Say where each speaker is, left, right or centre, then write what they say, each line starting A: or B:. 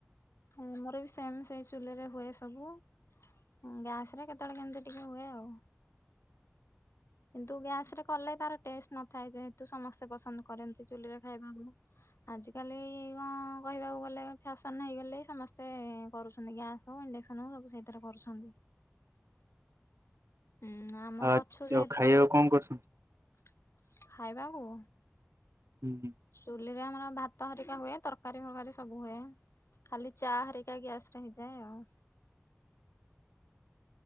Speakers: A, on the left; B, on the right.
A: ଆମର ବି ସେମ ସେଇ ଚୁଲିରେ ହୁଏ ସବୁ। ଗ୍ୟାସ ରେ କେତେବେଳେ କେମତି ଟିକେ ହୁଏ ଆଉ। କିନ୍ତୁ ଗ୍ୟାସ ରେ କଲେ ତାର ଟେଷ୍ଟ ନଥାଏ ଯେହେତୁ ସମସ୍ତେ ପସନ୍ଦ କରନ୍ତି ଚୁଲିରେ ଖାଇବାକୁ। ଆଜିକାଲି ଗଁ କହିବାକୁ ଗଲେ ଫ୍ୟାସନ୍ ହେଇଗଲେ ସମସ୍ତେ କରୁଚନ୍ତି ଗ୍ୟାସ୍ ହୋଉ ଇଣ୍ଡେକ୍ସନ ହୋଉ ସବୁ ସେଇଥିରେ କରୁଚନ୍ତି। ହୁଁ ଆମର
B: ଆଉ
A: ଅଛୁ
B: ଯଉ
A: ଯେହେତୁ
B: ଖାଇବାକୁ କଣ କରୁଛନ୍ତି?
A: ଖାଇବାକୁ।
B: ଉଁ ହୁଁ।
A: ଚୁଲିରେ ଆମର ଭାତ ହେରିକା ହୁଏ। ତରକାରୀ ଫରକାରୀ ସବୁ ହୁଏ। ଖାଲି ଚା ହାରିକା ଗ୍ୟାସ ର ହେଇଯାଏ ଆଉ।